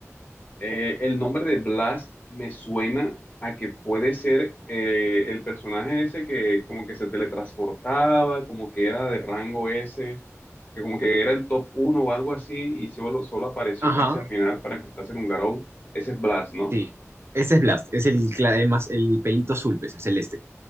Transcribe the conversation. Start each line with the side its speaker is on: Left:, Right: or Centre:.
Left: Eh, el nombre de Blas me suena a que puede ser eh, el personaje ese que como que se teletransportaba, como que era de rango S, que como que era el top uno o algo así y solo, solo apareció
Right: Ajá,
Left: casi al final para enfrentarse con Garou. Ese es Blas, ¿no?
Right: sí. Ese es Blast, es el, cla- el más, el pelito azul, pues, el celeste.